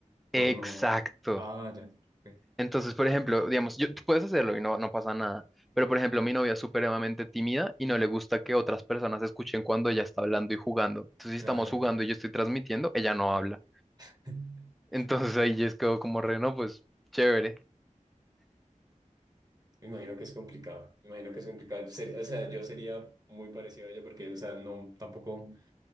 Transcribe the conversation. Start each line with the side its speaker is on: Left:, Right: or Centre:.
Right: Por
Centre: Exacto.
Right: no. Ah, ya. ok,
Centre: Entonces, por ejemplo, digamos, yo, tú puedes hacerlo y no, no pasa nada. Pero, por ejemplo, mi novia es supremamente tímida y no le gusta que otras personas escuchen cuando ella está hablando y jugando. Entonces, si
Right: Claro.
Centre: estamos jugando y yo estoy transmitiendo, ella no habla.
Right: <laughs>
Centre: Entonces ahí yo es quedo como re, no, pues chévere.
Right: Me imagino que es complicado. Me imagino que es complicado. Ser- o sea, yo sería muy parecido a ella porque, o sea, no, tampoco.